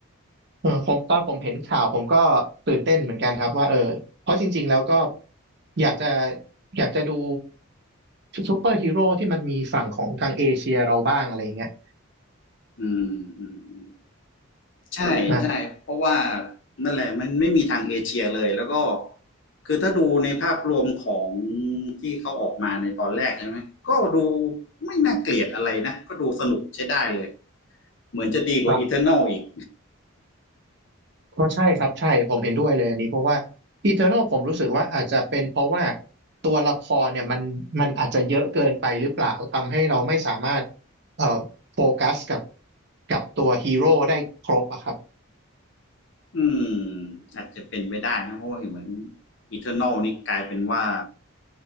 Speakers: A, on the right (about 50°); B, on the left (about 55°).
A: เออผมตอนผมเห็นข่าวผมก็ตื่นเต้นเหมือนกันครับว่าเออเพราะจริงๆแล้วก็อยากจะอยากจะดูซูเปอร์ฮีโร่ที่มันมีฝั่งของทางเอเชียเราบ้างอะไรเงี้ย
B: อืมอืมอืมใช่ใช่เพราะว่า
A: นะ
B: นั่นแหละมันไม่มีทางเอเชียเลยแล้วก็คือถ้าดูในภาพรวมของที่เขาออกมาในตอนแรกใช่ไหมก็ดูไม่น่าเกลียดอะไรนะก็ดูสนุกใช้ได้เลยเหมือนจะดีกว่า
A: ครับ
B: Eternal อีก
A: ก็ใช่ครับใช่ผมเห็นด้วยเลยอันนี้เพราะว่า Eternal ผมรู้สึกว่าอาจจะเป็นเพราะว่าตัวละครเนี่ยมันมันอาจจะเยอะเกินไปหรือเปล่าทำให้เราไม่สามารถเอ่อโฟกัสกับกับตัวฮีโร่ได้ครบอะครับ
B: อืมอาจจะเป็นไปได้นะเพราะว่าเหมือน Eternal นี่กลายเป็นว่า